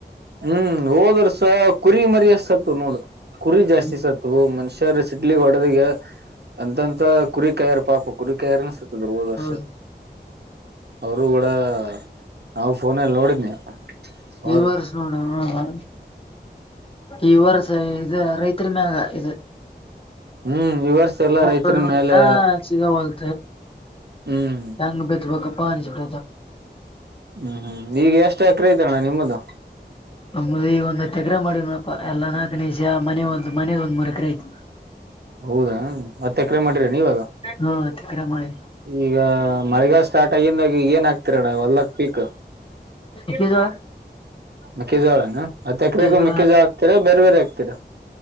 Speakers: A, on the right (about 70°); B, on the left (about 30°).
A: ಹ್ಮ್ ಹೋದರ್ಸ ಕುರಿ ಮರ್ಯಸ್ತ್ ನೋಡು ಕುರಿ ಜಾಸ್ತಿ
B: ಹ್ಮ್
A: ಸತ್ವು ಮನುಷ್ಯರು ಸಿಡ್ಲಿ ಒಡದಗ ಅಂತಂತ ಕುರಿಕಾಯಾರ್ ಪಾಪ ಕುರಿಕಾಯಾರ ಅನ್ಸತ ಧವದ ವರ್ಷ
B: ಹೌದು
A: ಅವರು ಕೂಡ ನಾವು ಫೋನಲ್ಲಿ ನೋಡಿದ್ನಿ ಹೌದು
B: ಈ ವರ್ಷ ಹ ಈ ವರ್ಸ ಇ ರೈತರಿ ಮ್ಯಾಗ ಇ
A: ಹ್ಮ್ ಈ ವರ್ಷ ಎಲ್ಲಾ ರೈತರ
B: ಹರ್ ನೋಡಿದ್ರ
A: ಮೇಲೆ
B: ಸಿಗಲ್
A: ಹ್ಮ್
B: ಚಂಗ ಬತ ಬ ಪಾನಿ ಚಡ
A: ಹ್ಮ್ ಹ್ಮ್ ಈಗ ಎಷ್ಟು ಎಕರೆ ಐತಣ್ಣ ನಿಮ್ಮದು
B: ಮದು ಈ ಒಂದು ತೆಗ್ರ ಮಾಡಿದ್ನಪ್ಪ ಎಲ್ಲಾ ನಾಲ್ಕು ನಿಷ ಮನೆ ಒ್ ಮನೆಗ್ ಒಂದ್ರು ಎಕರೆ ಐತ
A: ಹೌದಾ ಮತ್ತೆ ಎಕರೆ ಮಾಡಿರ ನೀವಾಗ
B: ಹಾ ತೆಗ್ರ ಮಾಡಿ
A: ಈಗ ಮಳೆಗ ಸ್ಟಾರ್ಟ್ ಆಗಿದಾಗ ಏನ್ ಆಕ್ತಿರಣ ಹೊಲ್ಕ್ ಪೀಕ್
B: ಮೆಕ್ಕಿಜೋಳ
A: ಮೆಕ್ಕೀಜೋಳಾನ ಅ
B: ಮೆಕ್ಕಿಜೋಳ
A: ಎಕರೆಗೂ ಮೆಕ್ಕೇಜೋ ಆಗ್ತರ ಬೇರೆ ಬೇರೆ ಆಗ್ತ ಕಕ್ಕರ